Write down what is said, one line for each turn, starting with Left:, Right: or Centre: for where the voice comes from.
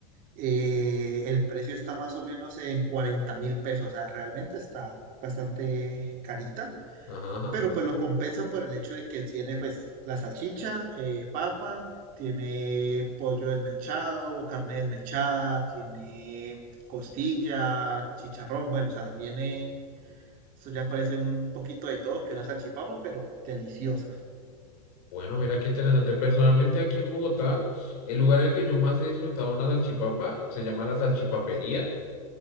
Right: Eh, el precio está más o menos en cuarenta mil pesos, o sea, realmente está bastante carita,
Left: Ajá, ajá.
Right: pero pues lo compensa por el hecho de que tiene pues la salchicha, eh, papa, tiene pollo desmechado, carne desmechada, tiene costilla, chicharrón, bueno, o sea, viene, eso ya parece un poquito de todo que una salchipapa, pero deliciosa.
Left: Bueno, mira qué interesante. Personalmente aquí en Bogotá, el lugar en el que yo más he disfrutado una salchipapa se llama la salchipapería